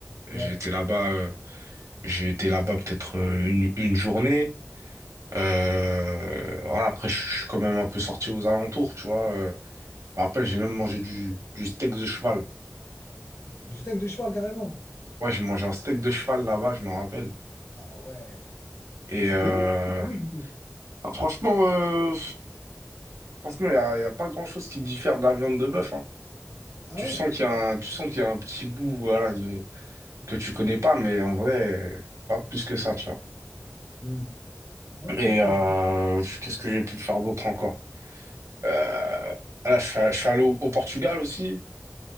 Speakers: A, on the right (about 75°); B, on the left (about 75°).
A: J'ai
B: Ouais.
A: été là-bas, euh, j'ai été là-bas peut-être euh, une, une journée. Euh, voilà, après, je suis quand même un peu sorti aux alentours, tu vois. Euh, je me rappelle, j'ai même mangé du, du steak de cheval.
B: Du steak de cheval, carrément.
A: Ouais, j'ai mangé un steak de cheval là-bas, je me rappelle.
B: Ah ouais.
A: Et
B: Bah, C'était
A: euh,
B: bon, ça, je savais goûter.
A: bah, franchement, euh, franchement, il y a, y a pas grand-chose qui diffère de la viande de bœuf, hein.
B: Ah
A: Tu
B: ouais?
A: sens qu'il y a
B: ah.
A: un, tu sens qu'il y a un petit goût, voilà, de, que tu connais pas, mais en vrai, pas plus que ça, tu vois.
B: Hmm. Ok,
A: Et
B: ok,
A: euh,
B: je...
A: qu'est-ce que j'ai pu faire d'autre encore? Euh, voilà, je suis, je suis allé au, au Portugal aussi.